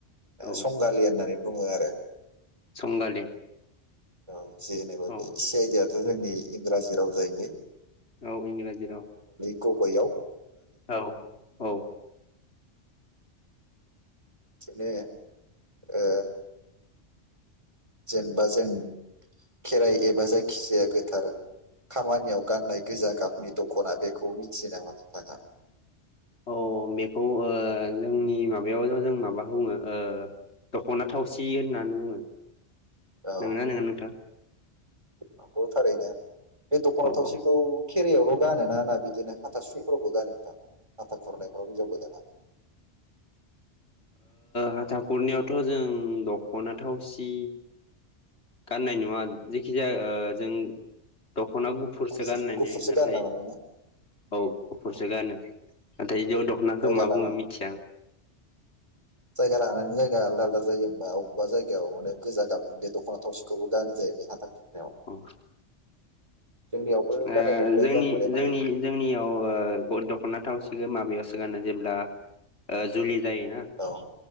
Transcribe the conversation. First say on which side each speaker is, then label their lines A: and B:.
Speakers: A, on the left; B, on the right.
A: औ
B: संगालि होननानै बुङो आरो।
A: संगालि।
B: औ। जों जेनेबा
A: औ
B: बे सि आइडि याथ' जोंनि इंराजि राव जाहैबाय।
A: औ इंराजि राव।
B: गयाव।
A: औ औ।
B: बिनो ओ जेनेबा जों खेराइ एबा जायखिजाया गोथार खामानियाव गाननाय गोजा गाबनि दख'ना बेखौ मिथियो नामा?
A: औ बेखौ जोंनि माबायावथ' जों माबा बुङो ओ दख'ना थावसि होननानै बुङो
B: औ
A: नंङा ननोङा नोंथां?
B: नंगौ थारैनो बे दख'ना
A: औ
B: थावसिखौ
A: औ
B: खेरायावल' गानोना होना बिदिनो हाथा सुैफोरावबो गानो नोंथां हाथा खुरनायफ्राव हिनजाव गोदाना। <inaudible>
A: हाथा खुरनियावथ' जों दख'ना थावसि गाननाय नुवा। जेखिजाया जों दख'ना गुफुरसो
B: गुफुर
A: गाननायनि
B: गुफुरसो
A: नाथाय
B: गानो नामा नोंना
A: औ गुफुरसो
B: औ
A: गानो। नाथाय जौ दख'नाखौ
B: जायगा
A: मा
B: लानानै
A: बुङो मिथिया आं।
B: जायगा लानानै जायगा आलदा आलदा जायो। होमबा अबेबा जायगायाव माने गोजा गाबदों बे दख'ना थावसिखौबो गानो जायो। हाथासु
A: औ।
B: जोंनियावबो
A: ओ
B: गाननाय नुफेराखै
A: जोंनि
B: आं माने माने
A: जोंनि ओ जोंनियाव दख'ना थावसिखो माबायावसो गानो जेब्ला जुलि जायोना।
B: औ